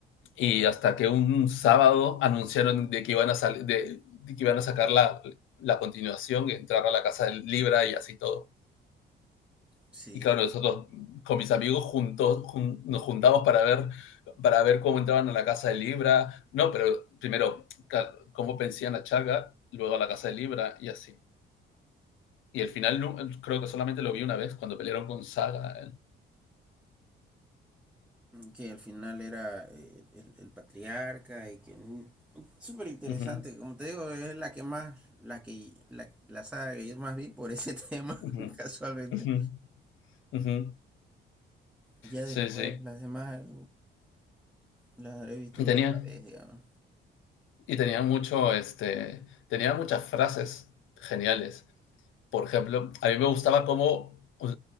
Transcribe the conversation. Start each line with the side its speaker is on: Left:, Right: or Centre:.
Left: y hasta que un sábado anunciaron de que iban a, sal, de, de que iban a sacar la, la continuación y entrar a la casa del Libra y así todo.
Centre: sí,
Left: Y claro, nosotros con mis amigos juntos, jun, nos juntamos para ver, para ver cómo entraban a la casa de Libra. No, pero primero, cómo pensían a Chaga, luego a la casa de Libra y así. Y el final no creo que solamente lo vi una vez cuando pelearon con Saga. eh.
Centre: que al final era eh, el, el patriarca y que. mm, Súper interesante.
Left: Ujú,
Centre: Como te digo, es la que más. La que la, la saga que yo más vi por ese <laughs> tema,
Left: ujú,
Centre: casualmente.
Left: ujú, ujú.
Centre: Ya
Left: Sí,
Centre: después
Left: sí.
Centre: las demás las habré visto
Left: Y
Centre: una
Left: tenía,
Centre: sola vez, digamos.
Left: y tenía mucho, este, tenía muchas frases geniales. Por ejemplo, a mí me gustaba cómo, o